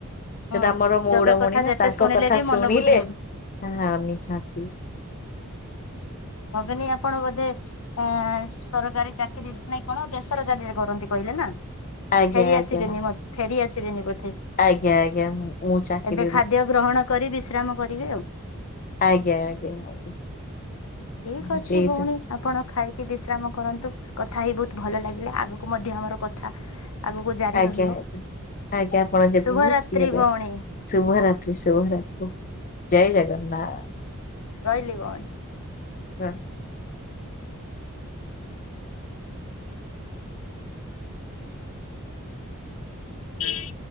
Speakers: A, on the left; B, on the left.
A: ସେ
B: ହଁ
A: ତ ଆମର ମଉଡମଣି
B: ଜଗା କଥା
A: ନା
B: ଯେତେ
A: ତାଙ୍କ
B: ଶୁଣିଲେ
A: କଥା
B: ବି
A: ଶୁଣିଲେ
B: ମନ ବୁଝେନି
A: ହଁ ନିହାତି
B: ଭଗିନୀ ଆପଣ ବୋଧେ ଆଁ ସରକାରୀ ଚାକିରି ନାଇଁ କଣ? ବେସରକାରୀରେ କରନ୍ତି କହିଲେ ନା?
A: ଆଜ୍ଞା
B: ଫେରି
A: ଆଜ୍ଞା
B: ଆସିବେନି ମ ଫେରି ଆସିବେନି ବୋଧେ!
A: ଆଜ୍ଞା ଆଜ୍ଞା ମୁଁ ମୁଁ ଚାକିରିରୁ
B: ଏବେ ଖାଦ୍ୟ ଗ୍ରହଣ କରି ବିଶ୍ରାମ କରିବେ ଆଉ।
A: ଆଜ୍ଞା ଆଜ୍ଞା ଆଜ୍ଞା।
B: ଠିକ୍
A: ନିହାତି
B: ଅଛି
A: ଏଇତ
B: ଭଉଣୀ। ଆପଣ ଖାଇକି ବିଶ୍ରାମ କରନ୍ତୁ। କଥା ହେଇ ବହୁତ ଭଲ ଲାଗିଲା। ଆଗକୁ ମଧ୍ୟ ଆମର କଥା ଆଗକୁ ଜାରି
A: ଆଜ୍ଞା
B: ରହିବ।
A: ଆଜ୍ଞା ଆଜ୍ଞା, ଆପଣ ଯେ
B: ଶୁଭରାତ୍ରି
A: ଫ୍ରି ହେବେ,
B: ଭଉଣୀ
A: ଶୁଭରାତ୍ରି! ଶୁଭରାତ୍ରି! ଜୟ ଜଗନ୍ନାଥ।
B: ରହିଲି ଭଉଣୀ।
A: ହଁ।
B: ହୁଁ